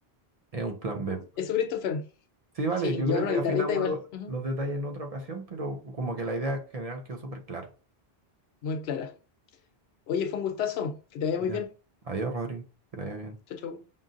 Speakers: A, on the right; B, on the left.
A: Es un plan B.
B: Eso, Christopher,
A: Sí, vale,
B: sí,
A: yo
B: llevar
A: creo que
B: una guitarrita
A: afinamos
B: igual,
A: lo-
B: ujú,
A: los detalles en otra ocasión, pero como que la idea general quedó súper clara.
B: muy clara. Oye, fue un gustazo, que te vaya
A: Ya.
B: muy bien.
A: Adiós, Rodri. Que te vaya bien.
B: Chau, chau.